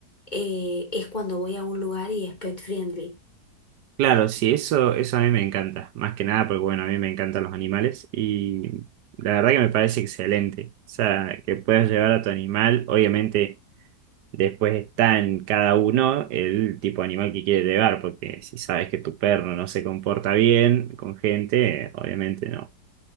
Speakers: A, on the left; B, on the right.
A: eh, es cuando voy a un lugar y es pet friendly.
B: Claro, sí, eso, eso a mí me encanta, más que nada porque, bueno, a mí me encantan los animales y la verdad que me parece excelente. O sea, que puedas llevar a tu animal, obviamente después está en cada uno el tipo de animal que quiere llevar, porque si sabes que tu perro no se comporta bien con gente, eh, obviamente no,